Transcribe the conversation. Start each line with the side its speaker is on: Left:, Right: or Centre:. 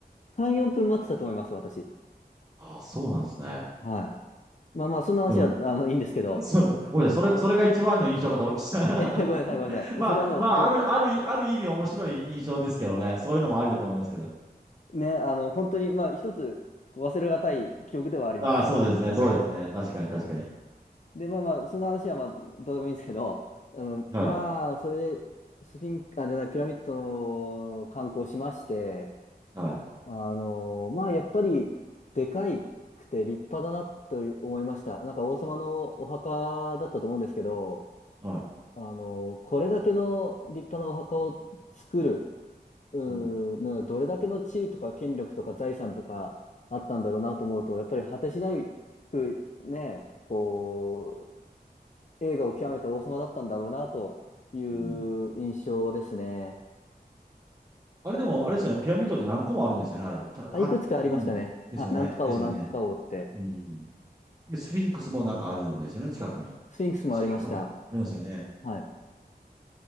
Left: 3、4分待ってたと思います、私。
Right: ああ、そうなんですね。
Left: はい。まあまあ、そんな話は、
Right: でも、
Left: あの、いいんですけど、
Right: そ、ごめんなさい。それ、それが一番の印象かと思いました。
Left: えー、<laughs> ごめんなさい、ごめんなさい。
Right: <laughs> まあ、
Left: それはもう、
Right: まあ、
Left: ど、
Right: ある、ある、ある意味面白い印象ですけどね。そういうのもありだと思いますけど。
Left: ね、あの、本当に、まあ、一つ、こう忘れがたい記憶ではあります。
Right: ああ、そうですね。そうですね。確かに、確かに。
Left: で、まあまあ、そんな話は、まあ、どうでもいいんですけど、あの、
Right: はい。
Left: まあ、それで、スフィンク、あ、じゃない、ピラミッドの観光しまして、
Right: はい。
Left: あの、まあ、やっぱり、でかいくて立派だなと思いました。なんか、王様のお墓だったと思うんですけど、
Right: はい。
Left: あの、これだけの立派なお墓を作る、うーん、
Right: うん。
Left: なんかどれだけの地位とか権力とか財産とかあったんだろうなと思うと、やっぱり果てしないくね、こう、栄華を極めた王様だったんだろうなという印象ですね。
Right: うん。あれでも、
Left: ね
Right: あれですよね。ピラミッドって何個もあるんですよね。あれ。たあるんです。
Left: あ、いくつかありましたね。
Right: ですよね。
Left: はい、なんとか王、
Right: ですよね。
Left: なんとか王って。
Right: うん。で、スフィンクスもなんかあるんですよね。近くに。
Left: スフィンクスもありました。
Right: スフィンクスもありますよね。
Left: はい。